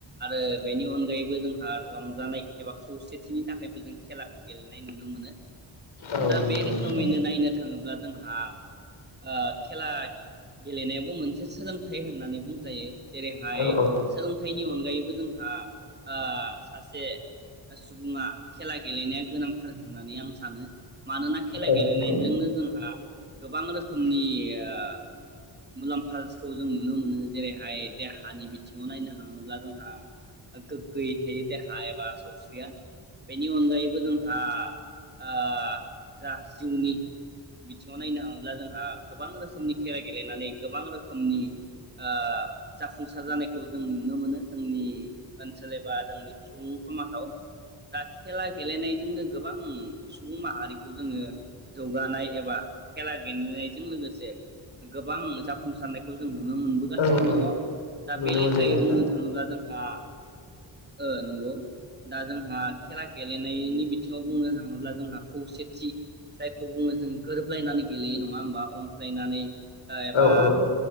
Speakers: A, on the right; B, on the left.
A: आरो बेनि अनगायैबो जोंहा रंजानाय एबा खौसेथिनि थाखायबो जों खेलाखौ गेलेनाय नुनो मोनो
B: औ
A: दा
B: औ नंगौ
A: बे रोखोमैनो
B: नोंथां
A: नायनो थाङो ब्ला जोंहा ओ खेला गेलेनायाबो मोनसे सोलोंथाइ होननानै बुंजायो जेरैहाय
B: औ औ
A: सोलोंथाइनि अन गायैबो जोंहा ओ सासे सुबुङा खेला गेलेनाया गोनांथार होननानै आं सानो मानोना खेला
B: औ
A: गेलेनायजोंनो
B: नंगौ
A: जोंहा गोबां रोखोमनि ओ मुलामफाखौ जों नुनो मोनो जेरैहाय देहानि बिथिङाव नायनो हाङोब्ला जोंहा गोगगोयै थायो देहा एबा सावस्रिया बेनि अनगायैबो जोंहा ओ जा जिउनि बिथिङाव नायनो थाङोब्ला जोंहा गोबां रोखोमनि खेला गेलेनानै गोबां रोखोमनि ओ जाफुंसार जानायखौ जों नुनो मोनो जोंनि ओनसोल एबा जोंनि सुबुं समाजाव दा खेला गेलेनायजोंनो गोबां सुबुं माहारिखौ जोङो जौगानाय एबा खेला गेलेनायजों लोगोसे गोबां जाफुंसारनायखौ जों नुनो मोनबोगासिनो
B: औ औ
A: दङ दा
B: नुनो
A: बे लेखायै
B: मोनदों नोंथां
A: बुंनो थाङोब्ला जोंहा ओ नंगौ दा जोंहा खेला गेलेनायनि बिथिङाव बुंनो थाङोब्ला जोंहा खौसेथि जायखौ बुङो जों गोरोबलायनानै गेलेयो नङा होमबा अनज्लायनानै ओ एबा
B: औ औ औ